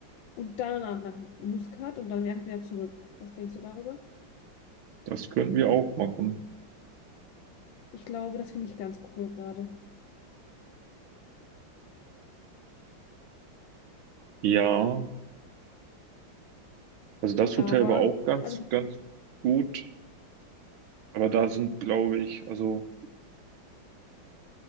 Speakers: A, on the left; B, on the right.
A: Und danach nach Muscat und dann einfach wieder zurück. Was denkst du darüber?
B: Das könnten wir auch machen.
A: Ich glaube, das finde ich ganz cool gerade.
B: Ja, also das
A: Aber,
B: Hotel war auch ganz,
A: also
B: ganz gut. Aber da sind, glaube ich, also,